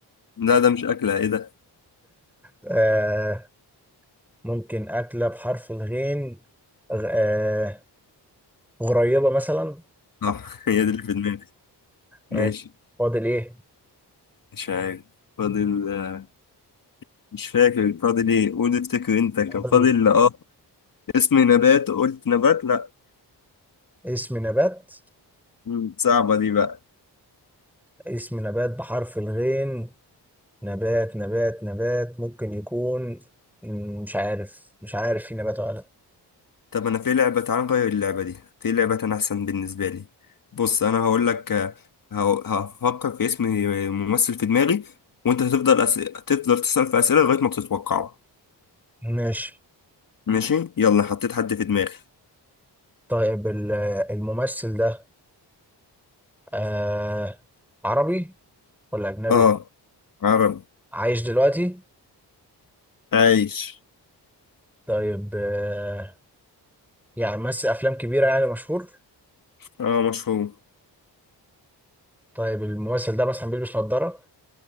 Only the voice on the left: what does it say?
لا ده مش أكلة إيه ده؟
آه <laughs> هي دي اللي في دماغي ماشي
مش عارف فاضل آه، مش فاكر فاضل إيه قول افتكر أنت كان
فاضل آه اسم نبات قلت نبات لا
مم. صعبة دي بقى
طب انا في لعبة تعال نغير اللعبة دي في لعبة انا احسن بالنسبة لي بص انا هقول لك آه، هو- هفكر في اسم ممثل في دماغي وانت هتفضل أس... تفضل تسأل في اسئلة لغاية ما بتتوقعه
ماشي يلا حطيت حد في دماغي
اه عربي
عايش
اه مشهور